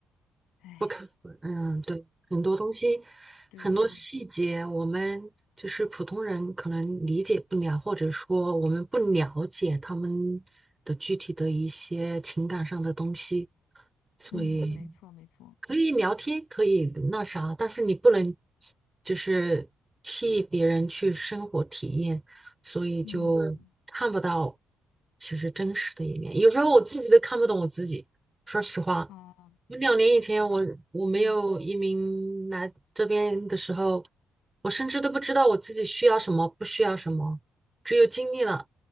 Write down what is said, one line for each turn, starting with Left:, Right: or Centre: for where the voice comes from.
Left: 哎，
Right: 不可，嗯，对，很多东西，
Left: 对，
Right: 很多细节，我们就是普通人可能理解不了，或者说我们不了解他们的具体的一些情感上的东西，所以。
Left: 嗯，没错没错，
Right: 可以聊天，可以那啥，但是你不能就是替别人去生活体验，所以就嗯看不到
Left: 嗯，
Right: 其实真实的一面。有时候我自己都看不懂我自己，说实话，
Left: 哦，
Right: 我两年以前我我没有移民来这边的时候，
Left: 是吧？嗯，
Right: 我甚至都不知道我自己需要什么，不需要什么，只有经历了，